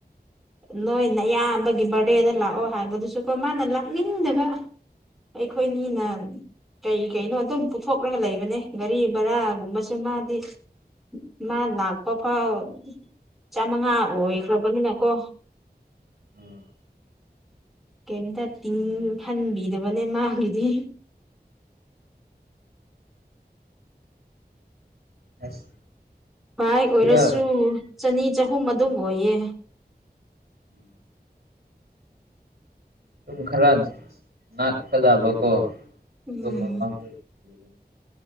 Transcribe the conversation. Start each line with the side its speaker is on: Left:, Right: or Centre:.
Centre: ꯅꯣꯏ ꯅꯌꯥꯝꯕꯒꯤ ꯕꯥꯔꯗꯦꯗ ꯂꯥꯛꯑꯣ ꯍꯥꯏꯕꯗꯨꯁꯨꯀꯣ ꯃꯥꯅ ꯂꯥꯛꯅꯤꯡꯗꯕ ꯑꯩꯈꯣꯏꯅꯤꯅ ꯀꯩ ꯀꯩꯅꯣ ꯑꯗꯨꯝ ꯄꯨꯊꯣꯛꯂꯒ ꯂꯩꯕꯅꯦ ꯒꯥꯔꯤ ꯕꯔꯥꯒꯨꯝꯕꯁꯨ ꯃꯥꯗꯤ ꯃꯥ ꯂꯥꯛꯄ ꯐꯥꯎ ꯆꯥꯃꯉꯥ ꯑꯣꯏꯈ꯭ꯔꯕꯅꯤꯅ ꯀꯣ
Right: ꯎꯝ
Centre: ꯀꯩꯝꯇ ꯇꯤꯡꯍꯟꯕꯤꯗꯕꯅꯦ ꯃꯥꯒꯤꯗꯤ
Right: ꯑꯁ
Centre: ꯚꯥꯏ ꯑꯣꯏꯔꯁꯨ
Right: ꯈꯔ
Centre: ꯆꯅꯤ ꯆꯍꯨꯝ ꯑꯗꯨꯝ ꯑꯣꯏꯌꯦ
Right: ꯎꯝ ꯑꯗꯨꯝ ꯈꯔ ꯅꯥꯛꯀꯗꯕꯀꯣ
Centre: ꯎꯝ
Right: ꯑꯗꯨ ꯃꯐꯝꯗꯨ ꯊꯤꯌꯣ